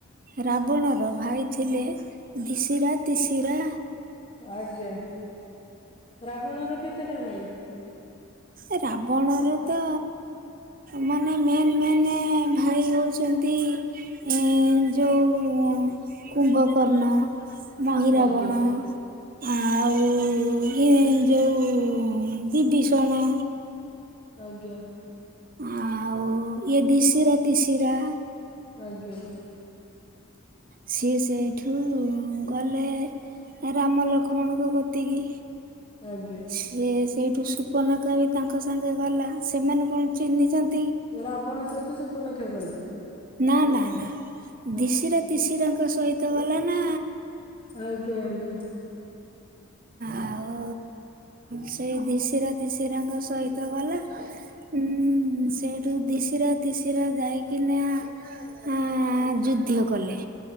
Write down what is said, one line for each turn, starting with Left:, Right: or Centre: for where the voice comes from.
Right: ରାବଣର ଭାଇ ଥିଲେ ଦିଶରା ତିଶରା
Left: ଆଜ୍ଞା ରାବଣର କେତେଟା ଭାଇ?
Right: ଏ ରାବଣର ତ ମାନେ ମେନ୍ ମେନ୍ ଭାଇ ହେଉଚନ୍ତି ଇଁ ଯୋଉ ଉଁ କୁମ୍ଭକର୍ଣ୍ଣ ମହିରାବଣ
Left: ଆଜ୍ଞା
Right: ଆଉ ଏଇ ଯୋଉ ବିିବିଷଣ
Left: ଆଜ୍ଞା।
Right: ଆଉ ଇଏ ଦିଶରା ତିଶରା
Left: ଆଜ୍ଞା।
Right: ସିଏ ସେଇଠୁ ଗଲେ ରାମ ଲକ୍ଷ୍ମଣଙ୍କ କତିକି
Left: ଆଜ୍ଞା
Right: ସିଏ ସେଇଠୁ ସୁପ୍ରନେଖା ବି ତାଙ୍କ ସାଙ୍ଗେ ଗଲା ସେମାନେ କଣ ଚିହ୍ନିଚନ୍ତି
Left: ରାବଣ ସହିତ ସୁପନେଖା ଗଲା
Right: ନା ନା ନା
Left: ଆଜ୍ଞା
Right: ଦିଶରା ତିଶରାଙ୍କ ସହିତ ଗଲା ନା।
Left: ଆଜ୍ଞା ଆଜ୍ଞା।
Right: ଆଉ ସେଇ ଦିଶିରା ତିଶିରାଙ୍କ ସହିତ ଗଲା ଉଁ ଉଁ ସେଇଠୁ ଦଶରା ତିଶରା ଯାଇକିନା ଆଁ ଯୁଦ୍ଧ କଲେ